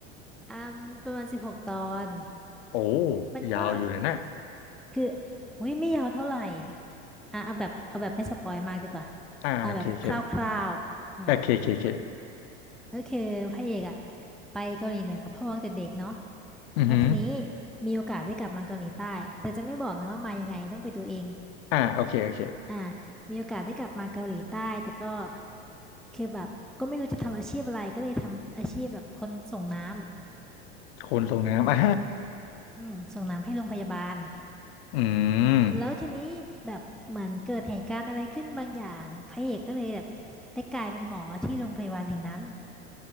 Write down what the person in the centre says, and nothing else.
อืมประมาณสิบหกตอน
มันก็
คือหุยไม่ยาวเท่าไหร่อ่ะเอาแบบเอาแบบไม่สปอยมากดีกว่า
เอาแบบคร่าวๆอืม
ก็คือพระเอกอะไปเกาหลีเหนือกับพ่อตั้งแต่เด็กเนาะ
แล้วทีนี้มีโอกาสได้กลับมาเกาหลีใต้แต่จะไม่บอกนะว่ามายังไงต้องไปดูเอง
อ่ามีโอกาสได้กลับมาเกาหลีใต้แต่ก็คือแบบก็ไม่รู้จะทำอาชีพอะไรก็เลยทำอาชีพแบบคนส่งน้ำ
อืมส่งน้ำให้โรงพยาบาล
แล้วทีนี้แบบเหมือนเกิดเหตุการณ์อะไรขึ้นบางอย่างพระเอกก็เลยแบบได้กลายเป็นหมอที่โรงพยาบาลแห่งนั้น